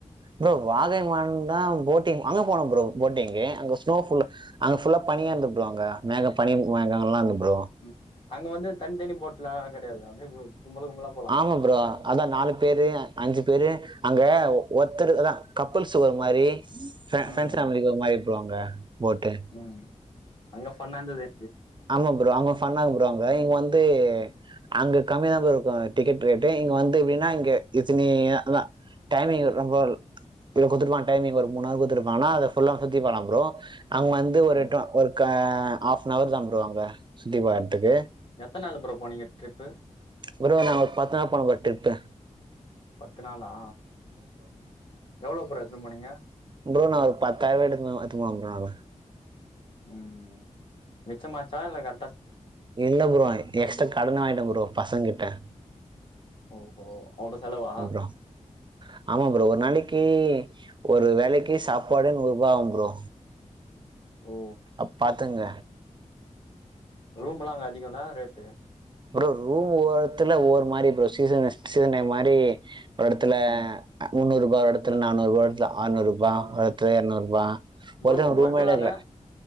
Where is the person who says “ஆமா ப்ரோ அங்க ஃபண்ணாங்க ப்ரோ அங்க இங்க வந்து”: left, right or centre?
Right